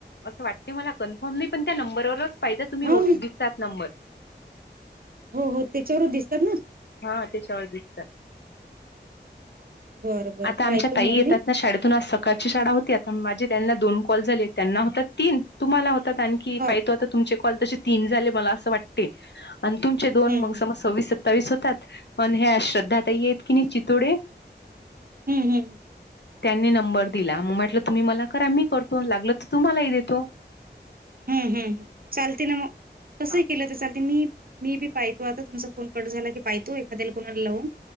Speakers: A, on the left; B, on the right.
A: असं वाटते मला कन्फर्म नही पण त्या नंबरवरच पाहिजे तुम्ही
B: हो
A: ओ
B: ना
A: दिसतात नंबर
B: हो हो त्याच्यावर दिसतात ना
A: हा त्याच्यावर दिसतात
B: बरं बरं
A: आता आमच्या
B: पाहतो
A: ताई
B: मग
A: येतात
B: मी
A: ना शाळेतून अस काची शाळा होती आता माझे त्यांना दोन कॉल झाले. त्यांना होता तीन तुम्हाला होतात आणखी
B: हो
A: पाहि तो आता तुमचे कॉल तसे तीन झाले मला असं वाटते आणि तुम तुमचे दोन
B: हम्म
A: मग सम सव्वीस, सत्तावीस होतात मण हे श्रद्धा तही येत की नाही चितोडे
B: <unintelligible>
A: त्यांनी नंबर दिला म म्हटलं तुम्ही मला करा मी करतो लागल तर तुम्हालाही देतो
B: हम् हम्मम चालते ना म
A: हा.
B: कसं ही केलं तर चालते मी मी बी पायतो आता तुमचा फोन कट झाला की पायतो एखाद्याला कोणाला लावून